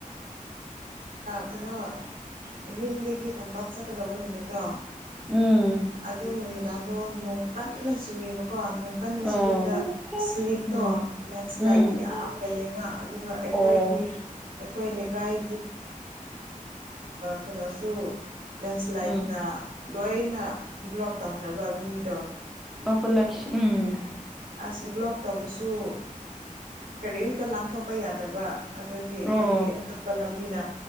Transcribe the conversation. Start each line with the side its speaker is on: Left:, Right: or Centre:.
Right: ꯑꯗꯨꯩꯅꯣ ꯌꯨꯝꯗꯒꯤ ꯀꯝꯄꯥꯛ ꯆꯠꯀꯗꯕ ꯅꯨꯃꯤꯠꯇꯣ
Centre: ꯎꯝ
Right: ꯑꯗꯨ ꯅꯨꯃꯤꯗꯥꯡꯗꯣ ꯅꯣꯡ ꯀꯟꯅ ꯆꯨꯏꯕ ꯀꯣ ꯣꯡꯀꯜ
Centre: ꯑꯣ
Right: ꯁꯕꯗ ꯁ꯭ꯂꯤꯞꯇꯣ
Centre: ꯎꯝ
Right: ꯂꯦꯟꯁ꯭ꯂꯥꯏꯠ
Centre: ꯎꯝ
Right: ꯌꯥꯝ ꯂꯩꯌꯦꯕ ꯑꯗꯨꯒ ꯑꯩꯈꯣꯏꯒꯤ
Centre: ꯑꯣ
Right: ꯑꯩꯈꯣꯏ ꯂꯩꯀꯥꯏ ꯀꯩꯅꯣꯁꯨ ꯂꯦꯟꯁ꯭ꯂꯥꯏꯠꯅ
Centre: ꯎꯝ
Right: ꯂꯣꯏꯅ ꯕ꯭ꯂꯣꯛ ꯇꯧꯈ꯭ꯔꯕ ꯂꯝꯕꯤꯗꯣ
Centre: ꯑꯣꯄ ꯂꯁ ꯎꯝ
Right: ꯑꯁ ꯕ꯭ꯂꯣꯛ ꯇꯧꯕꯁꯨ ꯀꯔꯤꯝꯇ ꯂꯥꯟꯊꯣꯛꯄ ꯌꯥꯗꯕ ꯑꯗꯒꯤ ꯑꯩꯈꯣꯏꯗꯤ
Centre: ꯑꯣ
Right: ꯑꯇꯣꯞꯄ ꯂꯝꯕꯤꯅ